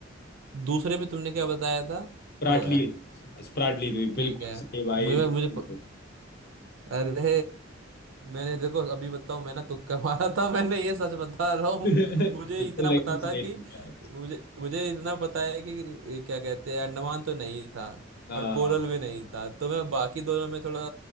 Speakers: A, on the right; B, on the left.
A: दूसरे पे तुमने क्या बताया था
B: स्प्राटली
A: वो है
B: स्प्राटली द्वीप
A: ठीक
B: बिल्कुल
A: है
B: सही भाई
A: मुझे
B: बिल्कुल
A: मुझे
B: सही।
A: अरे मैंने देखो अभी बताऊं मैं ना तुक्का <laughs> मारा था मैंने ये सच बता रहा हूँ
B: <laughs>
A: मुझे
B: बिल्कुल
A: इतना
B: लेकिन
A: पता था
B: सही लिखा
A: कि मुझे मुझे इतना पता है कि ये क्या कहते हैं अंडमान तो नहीं था
B: हाँ
A: और कोरल भी नहीं था तो मैं बाकी दोनों में थोड़ा